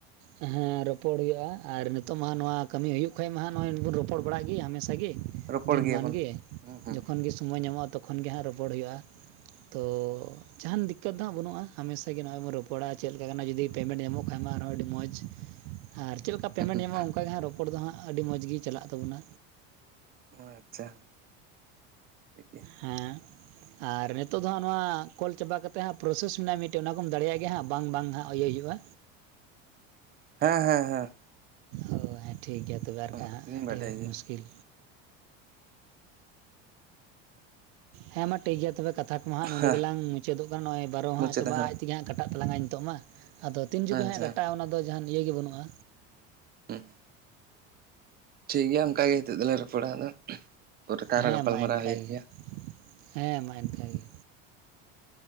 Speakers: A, on the right; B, on the right.
A: ᱦᱮᱸ ᱨᱚᱯᱚᱲ ᱦᱩᱭᱩᱜᱼᱟ ᱟᱨ ᱱᱤᱛᱚᱜ ᱢᱟ ᱱᱚᱣᱟ ᱠᱟᱹᱢᱤ ᱦᱩᱭᱩᱜ ᱠᱷᱟᱢ ᱢᱟ ᱦᱟᱜ ᱱᱚᱜᱼᱚᱭ ᱵᱚᱱ ᱨᱚᱯᱚᱲ ᱵᱟᱲᱟᱜ ᱜᱮ ᱦᱟᱢᱮᱥᱟ ᱜᱮ
B: ᱨᱚᱯᱚᱲ
A: ᱫᱤᱱ
B: ᱜᱮᱭᱟᱵᱚᱱ
A: ᱢᱟᱱᱜᱮ
B: ᱦᱩᱸ ᱦᱩᱸ
A: ᱡᱚᱠᱷᱚᱱ ᱜᱮ ᱥᱚᱢᱚᱭ ᱧᱟᱢᱚᱜᱼᱟ ᱛᱚᱠᱷᱚᱱ ᱜᱮ ᱦᱟᱸᱜ ᱨᱚᱯᱚᱲ ᱦᱩᱭᱩᱜᱼᱟ ᱛᱚ ᱡᱟᱦᱟᱱ ᱫᱤᱠᱠᱟᱹᱛ ᱫᱚ ᱦᱟᱸᱜ ᱵᱟᱹᱱᱩᱜᱼᱟ ᱦᱟᱢᱮᱥᱟ ᱜᱮ ᱱᱚᱜᱼᱚᱭ ᱵᱚᱱ ᱨᱚᱯᱚᱲᱟ ᱪᱮᱫᱞᱮᱠᱟ ᱠᱟᱱᱟ ᱡᱩᱫᱤ ᱯᱮᱢᱮᱱᱴ ᱧᱟᱢᱚᱜ ᱠᱷᱟᱱ ᱢᱟ ᱟᱨᱦᱚᱸ ᱟᱰᱤ <unintelligible> ᱢᱚᱡᱽ ᱟᱨ ᱪᱮᱫ ᱞᱮᱠᱟ ᱯᱮᱢᱮᱱᱴ
B: ᱦᱩᱸ
A: ᱧᱟᱢᱚᱜᱼᱟ ᱚᱱᱠᱟᱜᱮ ᱦᱟᱸᱜ ᱨᱚᱯᱚᱲ ᱫᱚ ᱦᱟᱸᱜ ᱟᱹᱰᱤ ᱢᱚᱡᱽ ᱜᱮ ᱪᱟᱞᱟᱜ ᱛᱟᱵᱚᱱᱟ
B: ᱚ ᱟᱪᱪᱷᱟ ᱴᱷᱤᱠ ᱜᱮᱭᱟ
A: ᱦᱮᱸ ᱟᱨ ᱱᱤᱛᱚᱜ ᱫᱚ ᱦᱟᱸᱜ ᱱᱚᱣᱟ ᱠᱚᱞ ᱪᱟᱵᱟ ᱠᱟᱛᱮᱫ ᱦᱟᱸᱜ ᱯᱨᱚᱥᱮᱥ ᱢᱮᱱᱟᱜᱼᱟ ᱢᱤᱫᱴᱮᱱ ᱚᱱᱟ ᱠᱚᱢ ᱫᱟᱲᱮᱭᱟᱜ ᱜᱮᱭᱟ ᱦᱟᱸᱜ ᱵᱟᱝ ᱵᱟᱝ ᱦᱟᱸᱜ ᱤᱭᱟᱹ ᱦᱩᱭᱩᱜᱼᱟ
B: ᱦᱮᱸ ᱦᱮᱸ ᱦᱮᱸ
A: ᱚ ᱦᱮᱸ ᱴᱷᱤᱠ ᱜᱮᱭᱟ ᱛᱚᱵᱮ ᱟᱨᱠᱷᱟᱡ
B: ᱚᱱᱟ ᱠᱚᱫᱚᱞᱤᱧ
A: ᱦᱟᱸᱜ ᱟᱹᱰᱤ
B: ᱵᱟᱰᱟᱭ ᱜᱮᱭᱟ
A: ᱢᱩᱥᱠᱤᱞ ᱦᱮᱸ ᱢᱟ ᱴᱷᱤᱠ ᱜᱮᱭᱟ ᱛᱚᱵᱮ ᱠᱟᱛᱷᱟ ᱠᱚᱢᱟ ᱦᱟᱸᱜ
B: ᱦᱮᱸ
A: ᱱᱚᱰᱮ ᱜᱮᱞᱟᱝ ᱢᱩᱪᱫ ᱠᱟᱱᱟ ᱱᱚᱜᱼᱚᱭ ᱵᱟᱨᱚ
B: ᱢᱩᱪᱟᱹᱫ
A: ᱦᱟᱸᱜ ᱪᱟᱵᱟ
B: ᱦᱮᱸ
A: ᱟ <unintelligible> ᱛᱮᱜᱮ ᱦᱟᱸᱜ ᱠᱟᱴᱟᱜ ᱛᱞᱟᱝᱟ ᱱᱤᱛᱚᱜ ᱢᱟ ᱟᱫᱚ ᱛᱤᱱ ᱡᱚᱠᱷᱮ
B: ᱟᱪᱪᱷᱟ
A: ᱦᱟᱸᱜ ᱠᱟᱴᱟᱜᱼᱟ ᱚᱱᱟ ᱫᱚ ᱡᱟᱦᱟᱱ ᱤᱭᱟᱹ ᱜᱮ ᱵᱟᱹᱱᱩᱜᱼᱟ
B: ᱩᱦᱩᱸ ᱴᱷᱤᱠ ᱜᱮᱭᱟ ᱚᱱᱠᱟ ᱜᱮ ᱦᱤᱛᱳᱜ ᱫᱚᱞᱟᱝ ᱨᱚᱯᱚᱲᱟ <unintelligible> ᱯᱚᱨᱮᱛᱮ ᱟᱨᱦᱚᱸ
A: ᱦᱮᱸ
B: ᱜᱟᱯᱟᱞᱢᱟᱨᱟᱣ
A: ᱢᱟ ᱤᱱᱠᱟᱹᱜᱮ
B: ᱦᱩᱭᱩᱜ ᱜᱮᱭᱟ
A: ᱦᱮᱸ ᱢᱟ ᱮᱱᱠᱟ ᱜᱮ